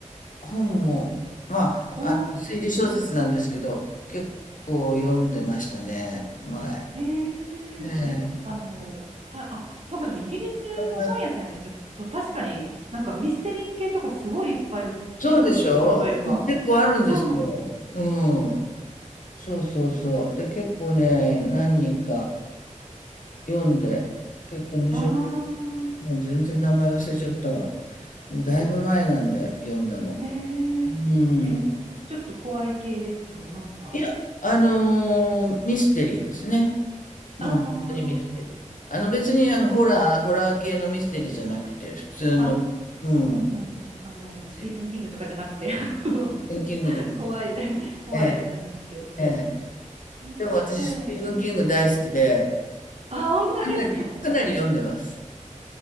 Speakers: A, on the left; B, on the right.
A: 本も、まあ、
B: おー、
A: 推理小説なんですけど、結構読んでましたね、前。
B: えええ、
A: ええ
B: あの、さ、あ、そうか、でもイギリスの本屋さんに行くと、
A: な
B: 確かになんかミステリー系とかすごいいっぱい売ってるんですよね、
A: そうでしょ結構あるんですよ。
B: そういえば。そうなの。
A: うん。そうそうそう。で、結構ね、何人か読んで、結構面白い。
B: ああ、
A: もう全然名前忘れちゃったわ。もうだいぶ前なんで読んだの。
B: えええ、
A: うん。
B: ちょっと怖い系ですか、なんか。
A: いや、あのーミステリーですね。もう本当にミステリー。
B: あ
A: あの別にあのホラー、ホラー系のミステリーじゃなくて、普通の、
B: あ、あ、
A: うん、
B: うんうんうん。あの、
A: ミステリー。
B: スティーブン・キングとかじゃなくて
A: スティーブン・キングでも、
B: <laughs> 怖い、怖いやつじゃなくてって感じね。
A: ええ、ええ。
B: えーそう、
A: でも私、
B: でも、
A: スティーブン・
B: ほん
A: キング大好きで、
B: あ、本当ですか
A: かなり、かなり読んでます。